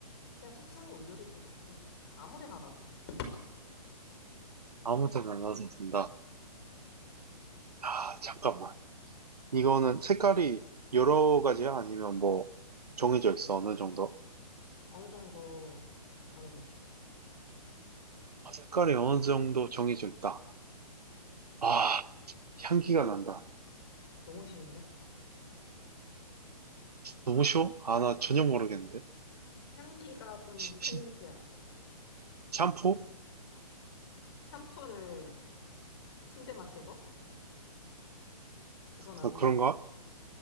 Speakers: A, on the left; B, on the right.
A: 그냥 책상에 올려줄 수도 있고 아무데나 놔도 돼.
B: 아무 데나 놔도 된다. 아, 잠깐만. 이거는 색깔이 여러 가지야? 아니면 뭐 정해져 있어? 어느 정도?
A: 어느 정도 정해져 있어.
B: 아, 색깔이 어느 정도 정해져 있다. 아, 향기가 난다.
A: 아, 너무 쉬운데?
B: 너무 쉬워? 아, 나 전혀 모르겠는데.
A: 향기가 좀
B: 시-
A: 큰
B: 시-
A: 힌트야.
B: 샴푸?
A: 샴푸를 침대 맡에 둬? 그건 아니잖아.
B: 어, 그런가?